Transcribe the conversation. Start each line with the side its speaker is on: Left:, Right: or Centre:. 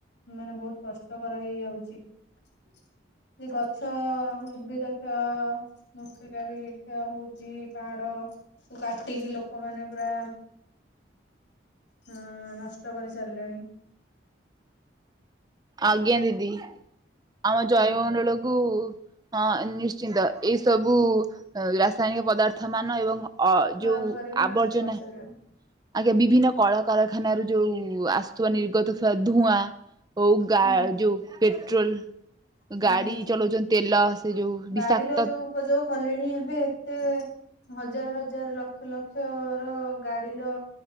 Left: ମାନେ ବହୁତ କଷ୍ଟକର ହେଇଯାଉଛି। ସେ ଗଛ ଉଦ୍ଭିଦ କ୍ଷୟ ମ୍ରୁତିକା ବି କ୍ଷୟ ହଉଛି ପାହାଡ କାଟିକି ଲୋକମାନେ ପୁରା ହୁଁ ନଷ୍ଟ କରି ସାରିଲେଣି।
Right: ଆଜ୍ଞା ଦିଦି ଆମ
Left: ହୁଁ
Right: ଜୈବମଣ୍ଡଳ କୁ ଅ ନିଶ୍ଚିନ୍ତ ଏଇ ସବୁ ରାସାୟନିକ ପଦାର୍ଥ ମାନ ଏବଂ ଅ
Left: ପ୍ରୟୋଗ
Right: ଯୋଉ
Left: କରିକି ନଷ୍ଟ
Right: ଆବର୍ଜନା
Left: କରିସାରିଲେଣି
Right: ଆଜ୍ଞା ବିଭିନ୍ନ କଳକାରଖାନାରୁ ଯୋଉ ଆସୁଥିବା ନିର୍ଗତ ଧୁଆ ଓ ଗା
Left: ହୁଁ
Right: ଯୋଉ ପେଟ୍ରୋଲ
Left: ହୁଁ।
Right: ଗାଡି ଚଲଉଛନ୍ତି ତେଲ ସେ ଯୋଉ
Left: ଗାଡିର
Right: ବିଷାକ୍ତ
Left: ଯୋଉ ଉପଯୋଗ କଲେଣି ଏବେ। ଏ ହଜାର ହଜାର ଲକ୍ଷ ଲକ୍ଷ ର ଗାଡିର